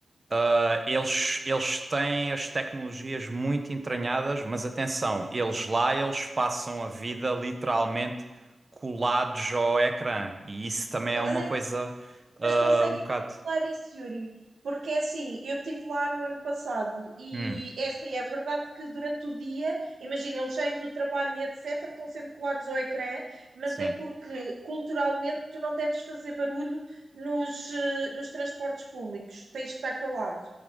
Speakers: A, on the right; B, on the right.
A: ah, eles, eles têm as tecnologias muito entranhadas, mas atenção, eles lá, eles passam a vida literalmente colados ao ecrã. E isso também
B: Não,
A: é
B: Olha,
A: uma coisa,
B: Mas
A: ah,
B: conseguem
A: um bocado.
B: controlar isso, Yuri. Porque é assim, eu estive lá no ano passado e
A: Hum,
B: é assim, é verdade que durante o dia, imagina, eles saem do trabalho e etc, estão sempre colados ao ecrã, mas
A: sim,
B: é porque culturalmente tu não deves fazer barulho nos, eh, nos transportes públicos, tens que estar calado.